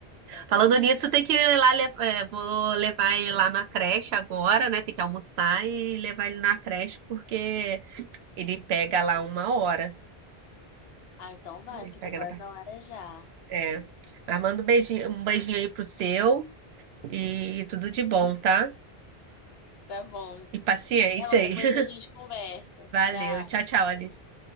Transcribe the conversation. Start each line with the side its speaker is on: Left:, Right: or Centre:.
Left: é uma
Right: Falando
Left: vez.
Right: nisso, tem que ir lá, le- é, vou levar ele lá na creche agora, né? Tem que almoçar e levar ele na creche, porque ele pega lá uma hora.
Left: Ah, então vai,
Right: Ele
Left: porque
Right: pega
Left: tá quase
Right: na. par-
Left: na hora já.
Right: É. Mas manda um beijinho, um beijinho aí pro seu e tudo de bom, tá?
Left: Tá bom.
Right: E paciência
Left: Vai lá,
Right: aí.
Left: depois
Right: <laughs>
Left: a gente conversa.
Right: Valeu.
Left: Tchau.
Right: Tchau, tchau, Alice.